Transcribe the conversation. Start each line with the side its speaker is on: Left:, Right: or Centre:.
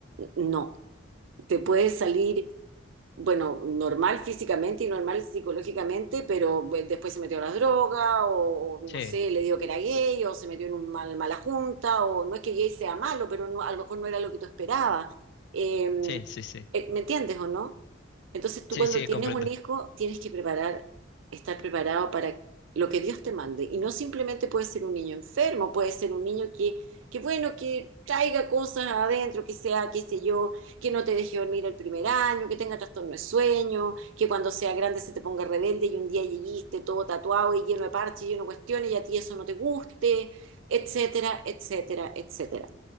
Right: no, te puede salir bueno, normal físicamente y normal psicológicamente, pero pues, después se metió a las drogas, o, o,
Left: Sí,
Right: no sé, le digo que era gay, o se metió en una mal, mala junta, o no es que gay sea malo, pero no- a lo mejor no era lo que tú esperabas. Eh,
Left: sí, sí, sí.
Right: eh, ¿me entiendes o no? Entonces tú
Left: Sí,
Right: cuando
Left: sí,
Right: tienes
Left: comprendo.
Right: un hijo tienes que preparar, estar preparado para lo que Dios te mande. Y no simplemente puede ser un niño enfermo, puede ser un niño que, que bueno, que traiga cosas adentro, que sea, qué sé yo, que no te deje dormir el primer año, que tenga trastorno de sueño, que cuando sea grande se te ponga rebelde y un día lleguiste todo tatuado y lleno de parches, lleno de cuestiones y a ti eso no te guste, etcétera, etcétera, etcétera.